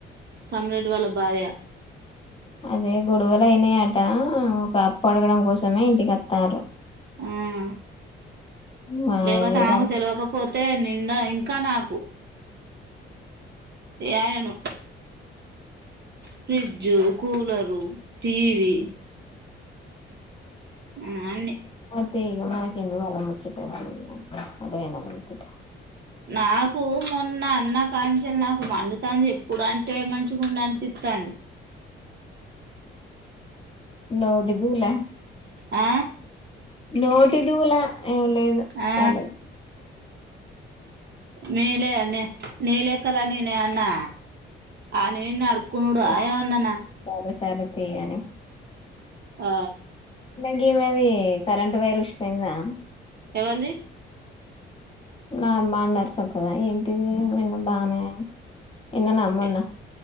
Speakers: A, on the right; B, on the left.
A: సమ్రెడ్ వాళ్ళ భార్య
B: అదే గొడవలు అయినాయట ఒక అప్పు అడగడం కోసమే ఇంటికి వస్తారు
A: హమ్
B: మా
A: లేవతే
B: వేరే
A: ఆకు
B: ఉమ్.
A: తెలవకపో అంతే నిండా ఇంకా నాకు ఏయను ఫ్రిడ్జు కూలరు టీవీ ఆ అన్ని
B: తీ మనకెందుకు ఆమె ముచ్చట అడ్డమైనొల్ల ముచ్చట
A: నాకు మొన్న అన్న కాంచల్ నాకు మండుతంది ఎప్పుడు అంటే మంచిగా ఉండి అనిపి త్తంది
B: నోటిదూలా
A: ఆ
B: నోటి దూలా ఏం లేదు
A: ఆ
B: ఆల్లది
A: నేలే అనే నీ లెక్కలని నే అన్నా ఆ నేనే అడు కుండా
B: ఆ
A: ఏవన్ననా
B: సరే సరే తీ అని
A: ఆ
B: ఇమెది కరెంట్ వైర్ ఉష్పోయిందా
A: ఎవల్దీ
B: నా బండర్ సక్కదా ఏంటిది నిన్న బానే ఎన్న న మొన్నా
A: ఏ